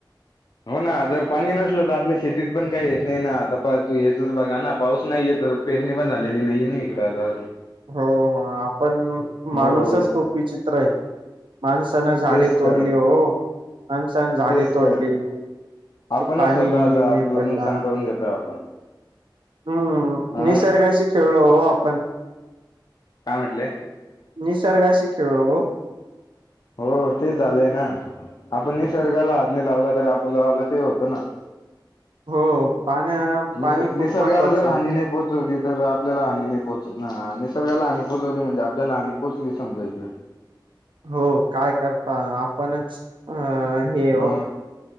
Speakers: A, on the left (about 55°); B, on the right (about 85°).
A: हो ना जर पाणी नसलं तर आपल्या शेतीत पण काही येत नाही ना आता तू येतच बघा ना पाऊस नाही येतच तर पेरणी पण झालेली नाहीये ना इकडें आता.
B: हो हो आपण
A: हो
B: माणूसच खूप विचित्र आहे. माणसानें झाडे
A: तेच
B: तोडली
A: तर
B: हो माणसानं झाडे
A: तेच
B: तोडली.
A: तर आपणच
B: क पाणीने
A: स्वतःच आपलं
B: पडला.
A: नुकसान करून घेतो आपण
B: हम्म
A: अ
B: निसर्गाशी खेळलो आपण.
A: काय म्हटले
B: निसर्गाशी खेळलो हो.
A: हो तेच झालंय ना. आपण निसर्गाला हातने लावला तर आपण लावाला ते होतं ना.
B: हो. पाण्या पाणी
A: निस
B: खूप
A: निसर्गाला
B: महत्त्वाचं
A: जर
B: आहे.
A: हानी नाही पोहोचवली तर आपल्याला हानी नाही पोहोच. निसर्गाला हानी पोचवली म्हणजे आपल्याला हानी पोचली समजायचं.
B: हो काय करता आपणच. अ हे हो
A: हा